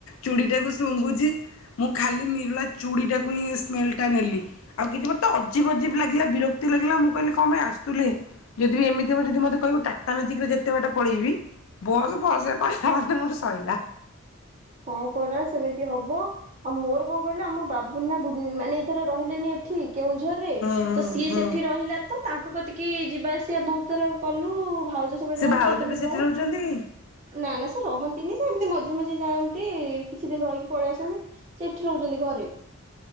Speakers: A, on the left; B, on the right.
A: ଚୁଡ଼ିଟାକୁ ଶୁଘୁଛି ମୁଁ ଖାଲି ନିରଳା ଚୁଡ଼ିଟାକୁ ହିଁ ସ୍ମେଲ ଟା ନେଲି ଆଉ କିଛି ମୋତେ ଅଜିବି ଅଜିବି ଲାଗିଲା ବିରକ୍ତି ଲାଗିଲା। ମୁଁ କହିଲି କଣ ପାଇଁ ଆସୁଥିଲି ଯଦି ବି ଏମିତି ହେବ ଯଦି ମତେ କହିବ ଟାଟା ମେଜିକରେ ଯେତେ ବାଟ ପଳେଇବି ବସ୍ ଫସ ରେ କହିଲା ମାନେ ମୋର ସଇଲା।
B: ହଁ ପରା ସେମିତି ହବ ଆଉ ମୋର କଣ କହିଲ ଆମ ବାବୁ ନା ମାନେ ଏଇଥର ରହିଲେନି ଏଠି କେଉଁଝରରେ
A: ହୁଁ
B: ତ ସିଏ
A: ହୁଁ
B: ସେଠି
A: ହୁଁ।
B: ରହିଲା ତ ତାଙ୍କ କତିକି ଯିବା ଆସିବା ବହୁତ ଥର କଲୁ ଭାଉଜ ସବୁବେଳେ
A: ସେ
B: ଯାଆନ୍ତି।
A: ଭାଉଜ
B: ତାଙ୍କ ସବୁ
A: ବି ସେଠି
B: ଯାଉଁ
A: ରହୁଛନ୍ତି କି?
B: ନା ନା ସେ ରହନ୍ତିନି ସେ ଏମିତି ମଝିରେ ମଝିରେ ଯାଆନ୍ତି କିଛି ଦିନ ରହିକି ପଳେଇ ଆସନ୍ତି। ସେ ଏଠି ରହୁଛନ୍ତି ଘରେ